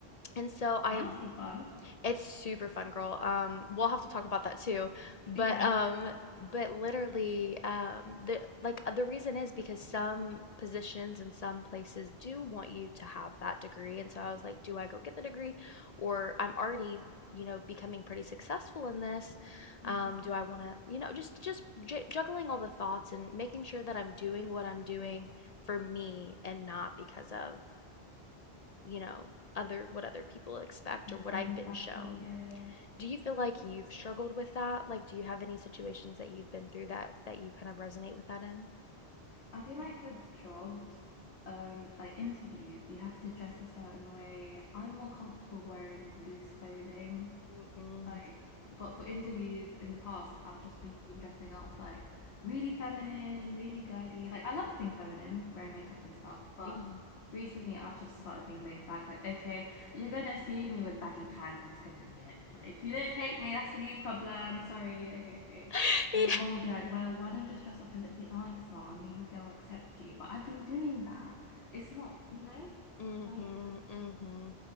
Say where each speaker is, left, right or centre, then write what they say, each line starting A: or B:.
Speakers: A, on the left (about 50°); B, on the left (about 85°).
A: And so I
B: that must be fun.
A: it's super fun, girl. Um, we'll have to talk about that too. But
B: Yeah,
A: um, but literally, um, the like uh, the reason is because some positions and some places do want you to have that degree. And so I was like, do I go get the degree, or I'm already, you know, becoming pretty successful in this?
B: hmm
A: Um, do I want to, you know, just just j juggling all the thoughts and making sure that I'm doing what I'm doing for me and not because of, you know, other what other people expect
B: External
A: or what I've been
B: factors,
A: shown.
B: yeah, yeah, yeah.
A: Do you feel like you've struggled with that? Like, do you have any situations that you've been through that that you kind of resonate with that in?
B: I feel like with jobs, um, like interviews, you have to dress a certain way. I'm more comfortable wearing loose clothing.
A: Mm-hmm.
B: like but for interviews in the past I've just been dressing up like really feminine, really girly. Like I love being feminine, wearing makeup and stuff, but
A: Mm-hmm.
B: recently I've just started being laid back. Like, okay, you're gonna see me with baggy pants and it's gonna be it. Like if you don't take me, that's a you problem. Sorry, okay.
A: <laughs> Yeah.
B: And then my mum will be like, well, why don't you just dress up a little bit nicer and maybe they'll accept you. But I've been doing that. It's not, you know,
A: Mm-hmm.
B: like,
A: Mm-hmm.